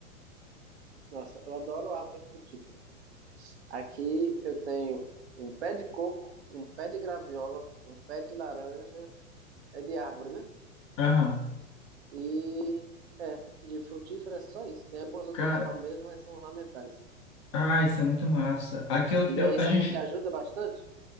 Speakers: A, on the right (about 50°); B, on the left (about 20°).
A: Nossa, eu adoro árvore frutífera. Aqui eu tenho um pé de coco, um pé de graviola, um pé de laranja, é de árvore, né?
B: Aham.
A: E é, de frutífera é só isso. Tem algumas outras
B: Cara,
A: palmeiras, mas são ornamentais.
B: Ah, isso é muito massa. Aqui eu,
A: E
B: eu-
A: aí,
B: a
A: sabe
B: gente.
A: o que ajuda bastante?